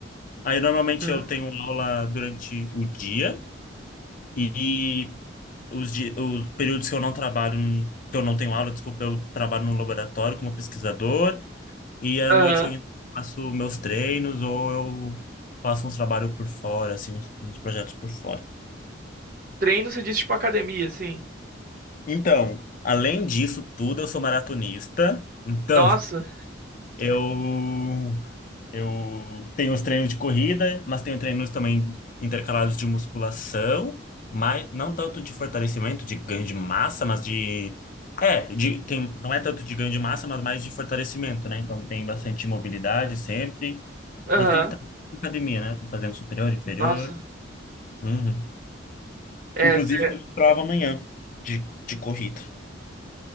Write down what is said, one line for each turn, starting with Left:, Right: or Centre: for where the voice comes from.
Left: Aí, normalmente,
Right: Aham.
Left: eu tenho aula durante o dia e os, di- os períodos que eu não trabalho, que eu não tenho aula, desculpa, eu trabalho no laboratório como pesquisador e à
Right: Aham.
Left: noite eu ainda faço meus treinos ou eu faço uns trabalhos por fora, assim, uns, uns projetos por fora.
Right: Treino, você disse, tipo academia, assim.
Left: Então, além disso tudo, eu sou maratonista. Então,
Right: Nossa.
Left: <laughs> eu eu tenho os treinos de corrida, mas tenho treinos também intercalados de musculação, mas não
Right: Hum.
Left: tanto de fortalecimento, de ganho de massa, mas de é, de tem não é tanto de ganho de massa, mas mais de fortalecimento, né? Então tem bastante mobilidade sempre,
Right: Aham.
Left: mas tem que estar na academia, né? Fazendo superior, inferior.
Right: Nossa.
Left: Uhum.
Right: É,
Left: Inclusive,
Right: cê-
Left: eu tenho prova amanhã de, de corrida.